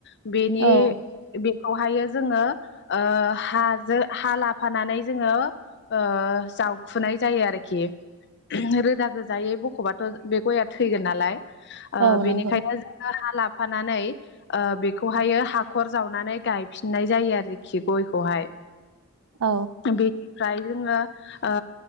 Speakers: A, on the left (about 50°); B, on the right (about 85°).
A: <unintelligible> बेनि
B: औ
A: बेखौहायो जोंङो ओ हाजों हा लाफानानै जोंङो ओ जावखुनाय जायो आरोखि रोदा गोजायै बखबाथ बे गआ थैगोन नालाय ओ
B: औ
A: बेनिखायनो
B: नंगौ
A: जोंङो हा लाफानानै ओ बेखौहायो हाखर जावनानै गायफिननाय जायो आरोखि गयखौहाय
B: औ
A: बेनिफ्राय जोंङो ओ